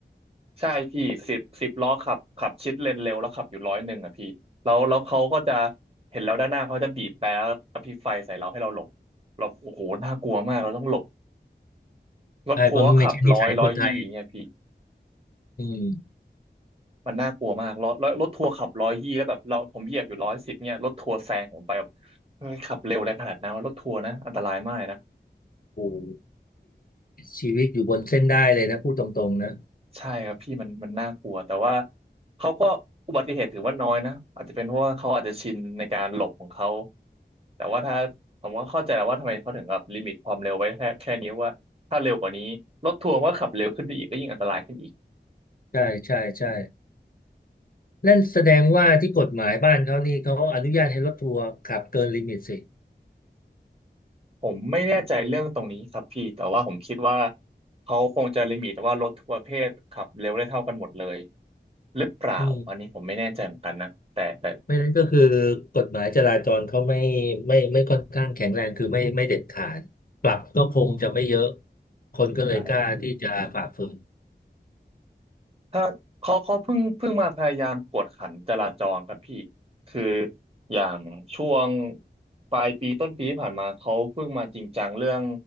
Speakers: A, on the right (about 30°); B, on the left (about 55°).
A: ใช่พี่สิบสิบล้อขับขับชิดเลนเร็วแล้วขับอยู่ร้อยหนึ่งอ่ะพี่แล้วแล้วเขาก็จะเห็นเราด้านหน้าเขาจะบีบแตรแล้วกระพริบไฟใส่เราให้เราหลบหลบโอ้โหน่ากลัวมากเราต้องหลบรถทัวร์ก็ขับร้อยร้อยยี่อย่างเงี้ยพี่
B: ใช่เพราะมันไม่ใช่นิสัยคนไทยอืม
A: มันน่ากลัวมากรถรถรถทัวร์ขับร้อยยี่แล้วแบบเราผมเหยียบอยู่ร้อยสิบเนี่ยรถทัวร์แซงผมไปแบบเฮ้ยขับเร็วอะไรขนาดนั้นวะรถทัวร์นะอันตรายมากนะ
B: โอ้โหชีวิตอยู่บนเส้นได้เลยนะพูดตรงๆนะ
A: ใช่ครับพี่มันมันน่ากลัวแต่ว่าเขาก็อุบัติเหตุถือว่าน้อยนะอาจจะเป็นเพราะว่าเขาอาจจะชินในการหลบของเขาแต่ว่าถ้าผมก็เข้าใจแล้วว่าทำไมเขาถึงแบบลิมิตความเร็วไว้แค่แค่นี้ว่าถ้าเร็วกว่านี้รถทัวร์ก็ขับเร็วขึ้นไปอีกก็ยิ่งอันตรายขึ้นอีก
B: ใช่ใช่ใช่ นั่นแสดงว่าที่กฎหมายบ้านเขานี่เขาอนุญาตให้รถทัวร์ขับเกินลิมิตสิ
A: ผมไม่แน่ใจเรื่องตรงนี้ครับพี่แต่ว่าผมคิดว่าเขาคงจะลิมิตว่ารถทุกประเภทขับเร็วได้เท่ากันหมดเลยหรือเปล่าอันนี้ผมไม่แน่ใจเหมือนกันนะแต่แต่
B: อืมไม่นั้นก็คือกฎหมายจราจรเขาไม่ไม่ไม่ค่อนข้างแข็งแรงคือไม่ไม่เด็ดขาดปรับก็คงจะไม่เยอะคนก็เลยกล้าที่จะฝ่าฝืน
A: ใช่ครับพี่ ถ้าเขาเขาเพิ่งเพิ่งมาพยายามกวดขันจราจรครับพี่คืออย่างช่วงปลายปีต้นปีที่ผ่านมาเขาเพิ่งมาจริงจังเรื่อง